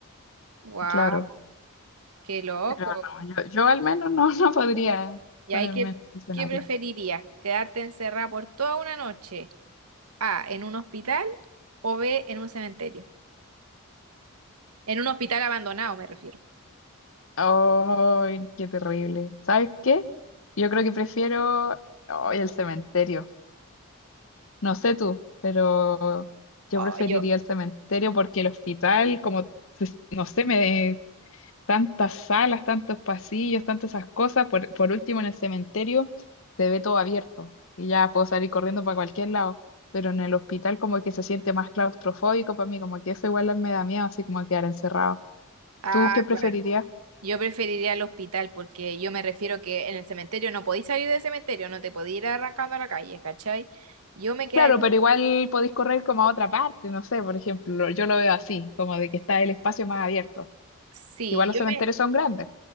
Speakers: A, on the right; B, on the left.
A: wow,
B: Claro,
A: Qué loco.
B: pero no, yo, yo al menos no, <laughs> no podría
A: ¿Y
B: ponerme
A: ahí qué,
B: en ese escenario.
A: qué preferirías? ¿Quedarte encerrada por toda una noche? A, en un hospital o B, en un cementerio. En un hospital abandonado, me refiero.
B: Ay, qué terrible. ¿Sabes qué? Yo creo que prefiero ay, el cementerio. No sé tú, pero yo
A: Oh,
B: preferiría
A: yo,
B: el cementerio porque el hospital, como, se- no sé, me tantas salas, tantos pasillos, tantas esas cosas. Por, por último, en el cementerio se ve todo abierto y ya puedo salir corriendo para cualquier lado. Pero en el hospital como que se siente más claustrofóbico para mí, como que eso igual me da miedo, así como quedar encerrado.
A: ah,
B: ¿Tú qué preferirías?
A: claro. Yo preferiría el hospital porque yo me refiero que en el cementerio no podéis salir del cementerio, no te podéis ir arrancando a la calle, ¿cachai? Yo me quedaría,
B: Claro, pero igual podéis correr como a otra parte, no sé, por ejemplo, yo lo veo así, como de que está el espacio más abierto.
A: sí,
B: Igual los
A: yo
B: cementerios
A: me,
B: son grandes.